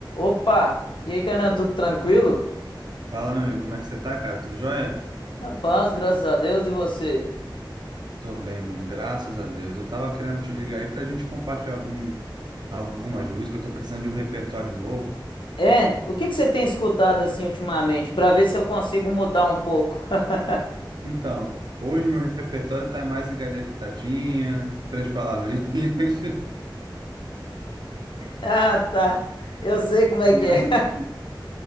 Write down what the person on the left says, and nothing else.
Opa! E aí, Kainan, tudo tranquilo?
Na paz, graças a Deus, e você?
É, o que que você tem escutado assim ultimamente, Pra ver se eu consigo mudar um pouco? <laughs>
Ah, tá. Eu sei
como é
que é.